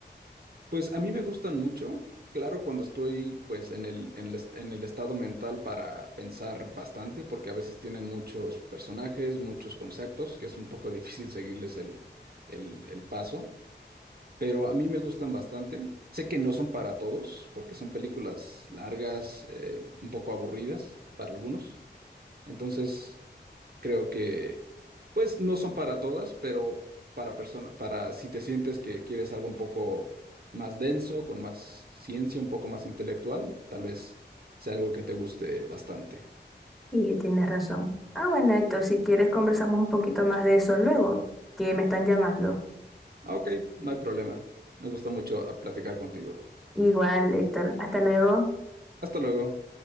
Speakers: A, on the right; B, in the centre.
A: Pues a mí me gustan mucho. Claro, cuando estoy pues en el, en el, est- en el estado mental para pensar bastante, porque a veces tienen muchos personajes, muchos conceptos, que es un poco <laughs> difícil seguirles el, el el paso. pero a mí me gustan bastante. Sé que no son para todos, porque son películas largas, eh, un poco aburridas para algunos. Entonces, creo que, pues, no son para todas, pero para persona, para si te sientes que quieres algo un poco más denso, con más ciencia, un poco más intelectual, tal vez sea algo que te guste bastante.
B: Y tienes razón. Ah, bueno, Héctor, si quieres conversamos un poquito más de eso luego, que me están llamando.
A: Ah, Ok, no hay problema. Me gustó mucho ah, platicar contigo.
B: Igual, Héctor, hasta luego.
A: Hasta luego.